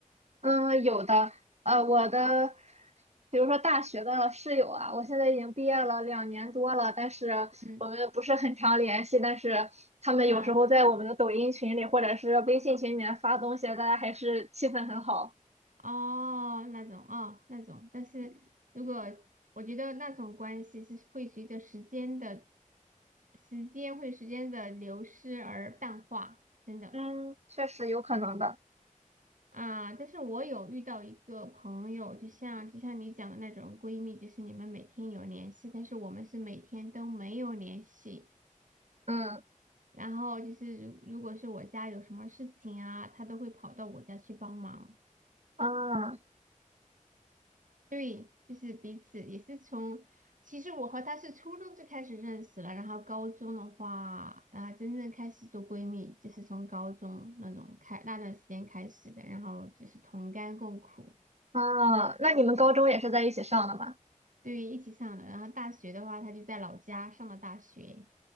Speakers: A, on the right; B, on the right.
A: 嗯，有的。呃，我的，比如说大学的室友啊，我现在已经毕业了两年多了，但是我们不是很常联系，
B: 嗯
A: 但是他们有时候在我们的抖音群里或者是微信群里面发东西，
B: 嗯，
A: 大家还是气氛很好。
B: 哦，那种哦那种，但是如果我觉得那种关系是会随着时间的时间会时间的流失而淡化，真的。
A: 嗯，确实有可能的。
B: 啊，但是我有遇到一个朋友，就像就像你讲的那种闺蜜，就是你们每天有联系，但是我们是每天都没有联系。
A: 嗯，
B: 然后就是如如果是我家有什么事情啊，她都会跑到我家去帮忙。
A: 啊
B: 对，就是彼此也是从，其实我和她是初中就开始认识了，然后高中的话啊，真正开始做闺蜜，就是从高中那种开那段时间开始的，然后就是同甘共苦。
A: 啊，那你们高中也是在一起上的吧？
B: 对，一起上的。然后大学的话，他就在老家上了大学。